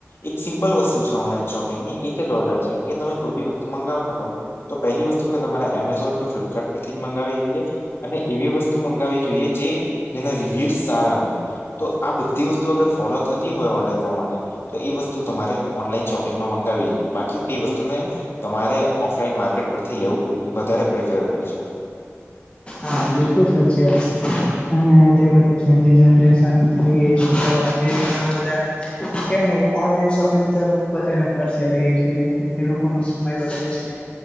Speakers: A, on the left; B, on the left.
A: એક સિમ્પલ વસ્તુ છે ઓનલાઈન શોપિંગની એક જ ઓર્ડર છે કે તમે કોઈ બી વસ્તુ મગાવતા હોય, તો પહેલી વસ્તુ કે તમારે એમેઝોન કે ફ્લિપકાર્ટ પરથી જ મગાવવી જોઈએ. અને એવી વસ્તુ મંગાવવી જોઈએ જે જેના રિવ્યુઝ સારા હોય. તો આ બધી વસ્તુ અગર ફોલો થતી હોય ઓર્ડર. ણે તો એ વસ્તુ તમારે ઓનલાઈન શોપિંગમાં મંગાવવી જોઈએ બાકી તે વસ્તુને. તમારે ઓફલાઈન માર્કેટ પરથી લેવું વધારે પ્રેફરેબલ છે.
B: હા, બિલકુલ સાચી વાત છે. અને જે બધા ઝેન જી જનરેશન થઈ ગઈ છે તો આજે ઘણા બધા. કેવાય ને ઓનલાઈન શોપિંગ તરફ વધારે વેપાર થઈ રહ્યો છે જેમ લોકો નો સમય વધે છે.